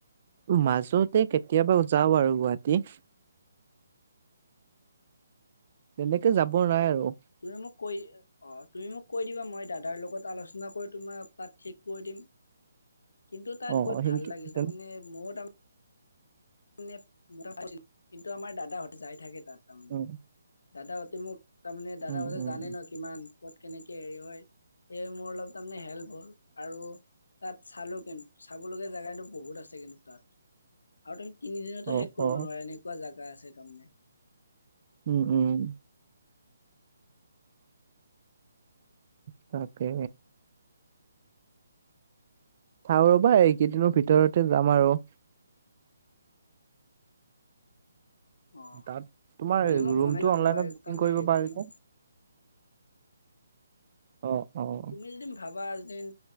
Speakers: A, on the right; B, on the left.
A: মাজতে কেতিয়াবা যাও আৰু গুৱাহাটী। তেনেকে যাব নাই আৰু।
B: তুমি মোক কৈ অ', তুমি মোক কৈ দিবা মই দাদাৰ লগত আলোচনা কৰি তোমাক তাত ঠিক কৰি দিম। কিন্তু তাত
A: অ
B: গৈ
A: সেনকে
B: ভাল লাগিল।
A: তেনে
B: তাৰমানে মোৰ তাৰ <unintelligible> কিন্তু আমাৰ দাদাহঁত যাই থাকে তাত।
A: উম
B: দাদাহতি মোক তাৰমানে দাদাহতে
A: উম উম
B: জানে ন' কিমান ক'ত কেনেকে হেৰি হয়, সেই মোৰ অলপ তাৰমানে হেল্প হ'ল। আৰু তাত চালো কিন্ত চাবলগীয়া জেগাটো বহুত আছে কিন্তু তাত। আৰু তুমি তিনিদিনতো
A: অ
B: শেষ কৰিব
A: অ
B: নোৱাৰা, এনেকুৱা জাগা আছে তাৰমানে।
A: উম উম। তাকে। চাও ৰ'বা এইকেইদিনৰ ভিতৰতে যাম আৰু।
B: অ
A: তাত তোমাৰ
B: গ'লে মোক
A: ৰুমটো
B: জনাইবা
A: অনলাইনত
B: মই
A: বুকিং
B: তাৰমানে
A: কৰিব
B: হেৰি
A: পাৰিনে?
B: কৰিম
A: অ', অ'।
B: মিল দিম ভাবা এদিন